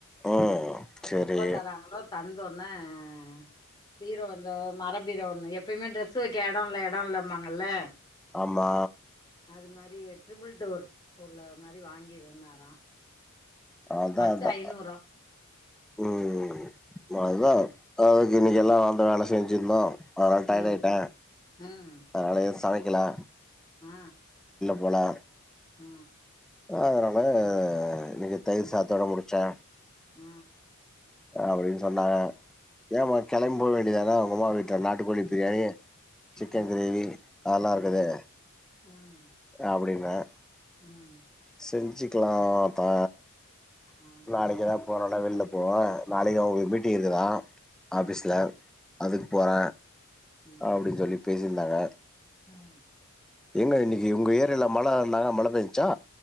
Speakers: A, in the centre; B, on the left.
A: ம்
B: அது
A: சேரி
B: எப்ப தராங்களோ தந்தோன ஆ பீரோ இந்த மர பீரோ ஒன்னு எப்பயுமே ட்ரெஸ்சு வைக்க எடோ இல்ல எடோ இல்லம்பாங்கல்ல
A: ஆமா
B: அது மாரி ட்ரிபிள் டோர் உள்ள மாரி வாங்கிருந்தாரா
A: அதா
B: பத்து
A: அதா
B: ஐநூறா
A: உ ம
B: ம்
A: தா அதுக்கு கின்னக்கெல்லா
B: ம்
A: வந்த வேல செஞ்சிருந்தா அதனால் டைட்
B: ம்
A: ஆய்ட்டே
B: ம்
A: அதனாலயே சமைக்க க்கலா
B: ஆ
A: போல
B: உ
A: அதனால இன்னைக்கு தயிர் சாதத்தோட முடிச்சே
B: ஆ
A: அப்படின்னு சொன்னாங்க ஏன்மா கிளம்பி போக வேண்டியதான உங்கமா வீட்டுல நாட்டுக்கோழி பிரியாணி
B: ம்
A: சிக்கன் கிரேவி அதெல்லா
B: ம்
A: இருக்குது
B: ம் ம்
A: அப்படின் அ
B: ம்
A: செஞ்சுக்கலா தா
B: ம்
A: நாளைக்குதா போனும் ல்லா வெளில போவ நாளைக்கு அவங்களுக்கு மீட்டிங் இருக்குதா
B: ம்
A: ஆஃபீஸில்ல அதுக்கு போற
B: ம்
A: அப்டின்னு சொல்லி பேஸ் இருந்தாங்க
B: ம்
A: எங்க இன்னிக்கு உங்க ஏறியால்ல மழ இருந்தாங்கா மழ பேஞ்சுச்சா